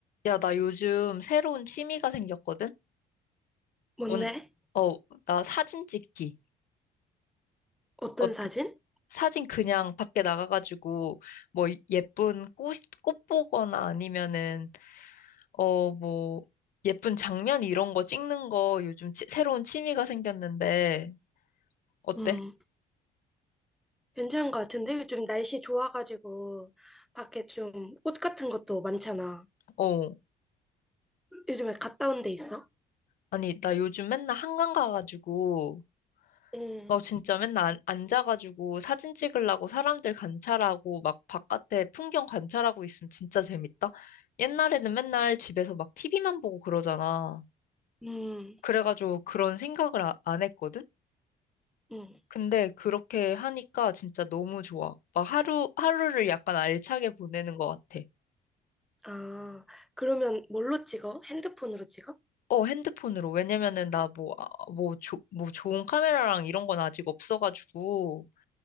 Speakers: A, on the left; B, in the centre.
A: 야, 나 요즘 새로운 취미가 생겼거든?
B: 뭔데?
A: 뭔, 어, 나 사진 찍기.
B: 어떤
A: 어때?
B: 사진?
A: 사진 그냥 밖에 나가가지고, 뭐, 예쁜 꽃, 꽃 보거나 아니면은, 어, 뭐, 예쁜 장면 이런 거 찍는 거 요즘 치- 새로운 취미가 생겼는데, 어때?
B: 음, 괜찮은 것 같은데? 요즘 날씨 좋아가지고, 밖에 좀 꽃 같은 것도 많잖아.
A: 어,
B: 요즘에 갔다 온 데 있어?
A: 아니, 나 요즘 맨날 한강 가가지고,
B: 응,
A: 너 진짜 맨날 안- 앉아가지고 사진 찍으려고 사람들 관찰하고 막 바깥에 풍경 관찰하고 있으면 진짜 재밌다. 옛날에는 맨날 집에서 막 TV만 보고 그러잖아.
B: 음,
A: 그래가지고 그런 생각을 아- 안 했거든?
B: 음.
A: 근데 그렇게 하니까 진짜 너무 좋아. 막 하루, 하루를 약간 알차게 보내는 것 같아.
B: 아, 그러면 뭘로 찍어? 핸드폰으로 찍어?
A: 어, 핸드폰으로. 왜냐면은 나 뭐, 아, 뭐, 조, 뭐 좋은 카메라랑 이런 건 아직 없어가지고.